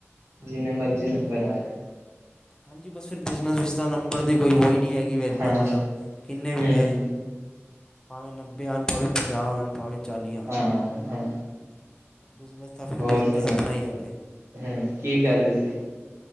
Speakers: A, on the right; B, on the left.
A: ਜਿੰਨੇ ਮਰਜ਼ੀ ਨੰਬਰ ਆ ਜਾਣ
B: ਹਾਂਜੀ ਬਸ ਫਿਰ ਬਿਜ਼ਨਸ ਵਿੱਚ ਤਾਂ ਨੰਬਰ ਦੇ ਕੋਈ ਵੋ ਹੀ ਨਹੀਂ ਹੈਗੀ। ਕਿ ਵ
A: ਹਾਂ
B: ਮ ਕਿੇ
A: ਹਮ
B: ਆ ਭਾਵੇਂ ਨਬੇ ਭਾਵੇਂਾਹ <inaudible> ਭਾਵੇਂ ਚਾਲੀਆਂ
A: ਹਾ ਹਾ ਹਾ
B: ਬਿਜ਼ਨਸ, ਤਾਂ ਫਿਰ
A: ਹੋਰ
B: ਬਿਜ਼ਨਸ
A: ਸੁਣਾ,
B: ਆਪਣਾ ਹੀ ਹੈਗਾ
A: ਹੂੰ, ਕੀ ਕਰਦੇ ਸੀ?